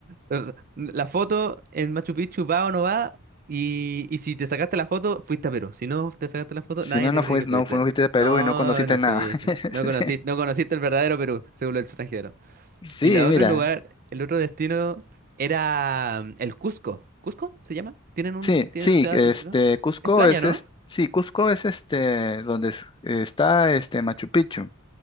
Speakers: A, on the right; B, on the left.
A: O sea, La foto en Machu Picchu va o no va, y, y si te sacaste la foto, fuiste a Perú. Si no te sacaste la foto,
B: Si
A: nadie
B: no, no
A: te
B: fuiste,
A: cree que fuiste.
B: no fuiste a Perú
A: No,
B: y no conociste
A: no
B: nada.
A: fuiste. No
B: <laughs>
A: conociste, no conociste el verdadero Perú, según el extranjero.
B: Sí,
A: Y el otro
B: mira.
A: lugar, el otro destino era mm, el Cusco. ¿Cusco se llama? ¿Tienen un,
B: Sí,
A: tienen
B: sí,
A: una ciudad
B: este,
A: así, ¿no?
B: Cusco
A: Es playa,
B: es,
A: ¿no?
B: es- sí, Cusco es este, donde es- está este Machu Picchu.